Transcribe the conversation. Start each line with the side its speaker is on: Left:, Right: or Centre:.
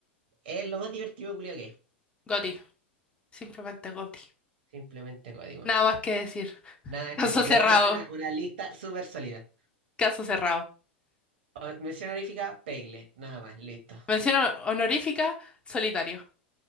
Right: es lo más divertido culiado que hay.
Left: Goti. Simplemente Goti.
Right: Simplemente código.
Left: Nada más que decir. <laughs>
Right: Nada
Left: Caso
Right: que decir,
Left: cerrado.
Right: me parece una, una lista súper sólida.
Left: Caso cerrado.
Right: O- Mención honorífica, Pegle, nada más, listo.
Left: Mención ho- honorífica, solitario.